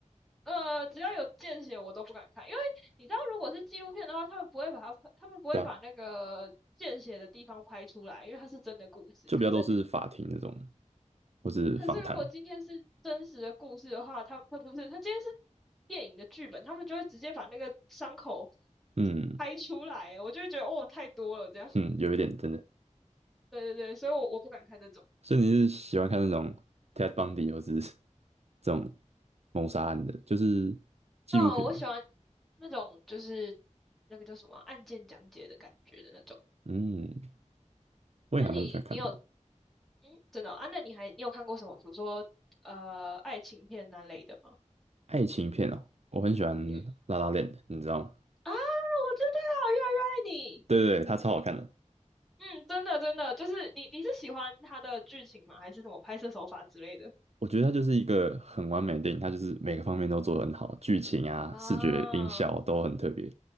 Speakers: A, in the centre; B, on the right.
A: 呃，只要有见血，我都不敢看，因为你知道，如果是纪录片的话，他们不会把它拍，他们不会把那个见血的地方拍出来，
B: 对啊，
A: 因为它是真的故事。
B: 就比较都是法庭那种，
A: 可是，
B: 或是访谈，
A: 可是如果今天是真实的故事的话，他他不是，他今天是电影的剧本，他们就会直接把那个伤口
B: 嗯
A: 拍出来，我就会觉得哦，太多了这样。
B: 嗯，有一点真的，
A: 对对对，所以我我不敢看这种。
B: 所以你是喜欢看那种 Ted Bundy 或是 <laughs> 这种谋杀案的，就是纪录片，
A: 哦，我喜欢那种就是那个叫什么啊案件讲解的感觉的那种。
B: 嗯，我也还蛮喜欢看的，
A: 那你你有嗯，真的哦啊？那你还你有看过什么，比如说呃爱情片那类的吗？
B: 爱情片哦，我很喜欢
A: 嗯
B: 《La La Land》，你知道吗？
A: 啊，我知道，越来越爱你。
B: 对对对，它超好看的。
A: 嗯，真的真的，就是你你是喜欢他的剧情吗？还是什么拍摄手法之类的？
B: 我觉得它就是一个很完美的电影，它就是每个方面都做得很好，剧情啊、
A: 啊，
B: 视觉、音效都很特别。